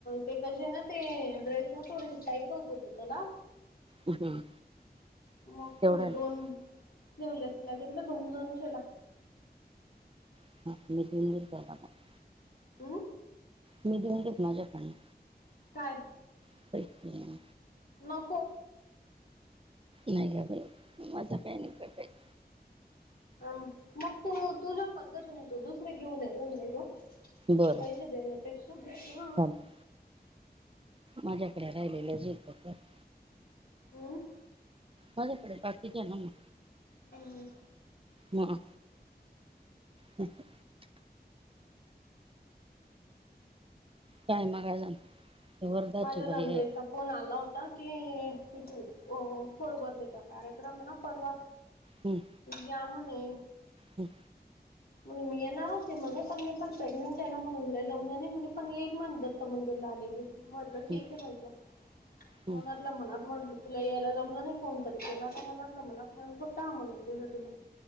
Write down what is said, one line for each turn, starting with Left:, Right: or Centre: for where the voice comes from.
Left: ते कशे ना ते ड्रेस ना थोडे टाईट होत होते त्याला.
Right: हम्म
Left: मग
Right: केवढा
Left: थोडे
Right: आला
Left: दोन- स्लीवलेस ला घेतलं दोन-दोनशे ला.
Right: <unintelligible>
Left: अ
Right: मी <unintelligible> माझ्या <unintelligible>
Left: काय?
Right: <unintelligible>
Left: नको
Right: नाही गं बाई माझा <unintelligible>
Left: मग तू तुझ्या पद्धतीने तू दुसरे घेऊन ये <unintelligible>
Right: बरं
Left: पैशे देण्यापेक्षा, हा
Right: चालतं माझ्याकडे राहिलेलं <unintelligible>
Left: हमं
Right: माझ्याकडे बाकीच्या आहेत ना मग.
Left: नाही
Right: हां ठीक आहे काय <unintelligible> वर्धाची
Left: माझ्या नंदेच-
Right: बाई आहे
Left: फोन आला होता की तिथे फोळभरणीचा कार्यक्रम आहे ना परवा?
Right: हम्म.
Left: या म्हणे.
Right: हम्म.
Left: म्हणून मी येणार होते म्हणे पण मी पण प्रेग्नेंट आहे ना, म्हणून काय जमलं नाही म्हणे पण येईल म्हणलं. मंदिर ला आले कि मग म्हटलं ठीक
Right: हम्म
Left: आहे म्हटलं म-
Right: हम्म
Left: तुला मनात म्हटल तुला यायला जमलं नाही, फोन तरी केला का मनातला मनात म्हणल टा म्हणून दिलं तिला.